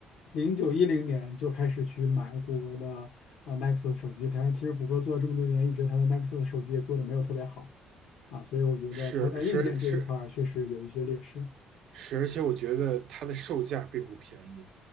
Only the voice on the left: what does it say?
零九一零年就开始去买谷歌的呃 Nexus 手机，但是其实谷歌做了这么多年，一直它的 Nexus 手机也做的没有特别好啊，所以我觉得它在硬件这一块儿确实有一些劣势。